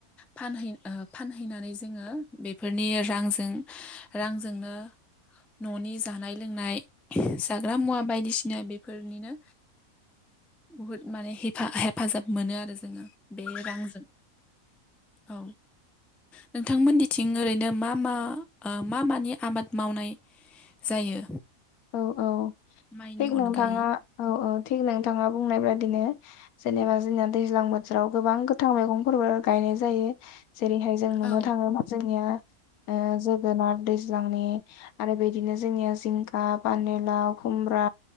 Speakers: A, in the centre; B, on the left (about 80°).
A: फानहै ओ फानहैनानै जोङो बेफोरनि रांजों रांजोंनो न'नि जानाय लोंनाय जाग्रा मुवा बायदिसिना बेफोरनिनो बुहुद माने हिपा-हेफाजाब मोनो आरो जोङो बे रांजों औ नोंथांमोननिथिं ओरैनो मा मा आ मा मानि आबाद मावनाय जायो।
B: औ औ
A: माइनि
B: थिग
A: अनगायै
B: नोंथाङा औ औ थिग नोंथाङा बुंनाय बायदिनो जेनेबा जोंना दैज्लां बोथोराव गोबां गोथां मैगंफोरबो गायनो जायो जेरैहाय जों नुनो
A: औ
B: थाङो जोंनिया ओ जोगोनाद दैज्लांनि आरो बेदिनो जोंनिया जिंख आ पानेलाव खुम्ब्रा